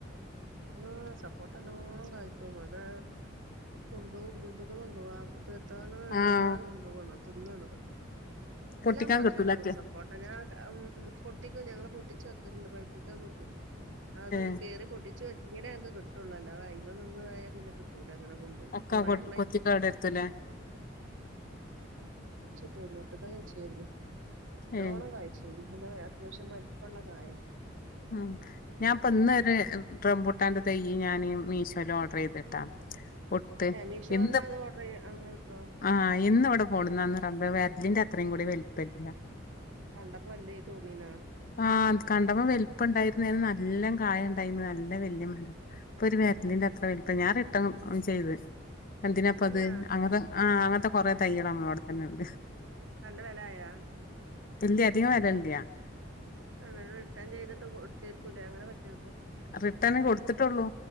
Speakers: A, on the right; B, on the left.
A: ആ സ പ്പോട്ട നല്ലോണം കായ്ക്കും അത് കൊണ്ടോവും ജന്തുക്കള് കൊണ്ടോവും ആ ത് ത്താണ്
B: ആഹ്
A: അണ്ണാൻ കൊണ്ടോവാണ് തിന്നാണ് നല്ല
B: പൊട്ടിക്കാൻ
A: മധുരാണ്
B: കിട്ടൂല
A: ഞങ്ങളെ
B: റ്റെ
A: സപ്പോട്ട ഞാ പൊട്ടിക്കും ഞങ്ങള് പൊട്ടിച്ച് ക്കാറുണ്ട് പഴുപ്പിക്കാൻ വക്കും അത്
B: ഏ
A: കേറി പൊട്ടിച്ചു വെ ച്ചെങ്കിലെ അത് കിട്ടൂള്ളൂ അല്ലാതെ അതിന്മേൽ നിന്നതായാൽ പിന്നെ കിട്ടൂല്ല അങ്ങനെ കൊണ്ട് പോകും
B: ഒക്കെ
A: കൊറേ ഉണ്ടായി
B: കൊത്തി കേടെരുത്തൂലേ
A: <unintelligible> <unintelligible> തൈ വച്ചായിരുന്നു നല്ലോണം
B: ഏ
A: കായിച്ചിരുന്നു നല്ല അത്യാവശ്യം വലുപ്പമുള്ള കായാ
B: ഉം ഞാൻ ഇപ്പോ ഇന്ന് ഒരു റമ്പൂട്ടാന്റെ തൈയ്യ് ഞാന് മീഷോയില് ഓ ചെയ്‌തിട്ടാ പൊട്ട്
A: ഏ മീഷോന്ന്
B: ഇന്ന്
A: അത് ഓർഡർ ചെയ്യ അങ്ങനെ കിട്ടുവോ
B: ആ ഇന്ന് ഇവി ടെ കൊണ്ടുന്നന്ന് പറയുമ്പോ <unintelligible> അത്രയും കൂടി <unintelligible>
A: കണ്ടപ്പോ വല്ലേ തോന്നീന്നാ
B: ആഹ് കണ്ടപ്പോ വ ലുതായിരുന്നു നല്ല കായ ഉണ്ടായിന്ന് നല്ല വല്യ മരം ഇപ്പൊ ഒരു വേത്തലിന്റെ അത്ര വലുപ്പം ഞാൻ റിട്ടേൺ ചെയ്ത് എന്തിനാ ഇപ്പോ
A: എന്നാ
B: അത് അങ്ങനത്തെ ആ അങ്ങനത്തെ കൊറെ തൈകള് നമ്മടെ അവിടെ തന്നെ ഉണ്ട്
A: നല്ല വില ആയാ
B: ഇല്ല അധികം വെല ഇല്ല്യാ
A: അങ്ങനെ റിട്ടേൺ ചെയ്തിട്ട് കൊടുത്തിരിക്കൂല്ലേ അങ്ങനെ പറ്റുവോ ഇപ്പം
B: റിട്ടേണ് കൊടുത്തിട്ടേയുള്ളൂ